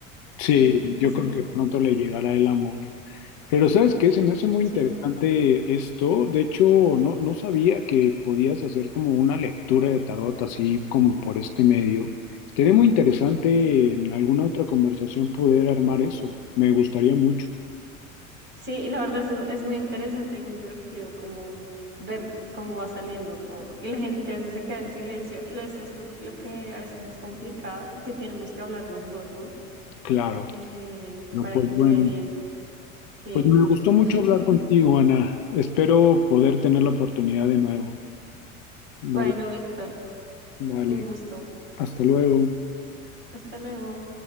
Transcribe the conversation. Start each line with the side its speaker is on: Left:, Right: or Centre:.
Left: Sí,
Right: Sí,
Left: yo
Right: eso
Left: creo
Right: sí,
Left: que pronto le llegará el amor. Pero ¿sabes qué? Se me hace muy
Right: sí.
Left: interesante esto. De hecho, no, no sabía que podías hacer como una lectura de tarot así como por este medio. Estaría muy interesante en alguna otra conversación poder armar eso. Me gustaría mucho.
Right: Sí, y la verdad es, es muy interesante y muy divertido como ver cómo va saliendo todo. Y la gente a veces se queda en silencio. lo Eso es lo, lo que a veces es complicado porque tenemos que hablar los dos, ¿no?
Left: Claro.
Right: eh,
Left: Pero
Right: para
Left: pues
Right: que
Left: bueno,
Right: quede bien. Sí.
Left: pues me gustó mucho
Right: <laughs>
Left: hablar contigo, Ana. Espero poder tener la oportunidad de nuevo. Vale,
Right: Bueno, Víctor,
Left: vale.
Right: un gusto.
Left: Hasta luego.
Right: Hasta luego.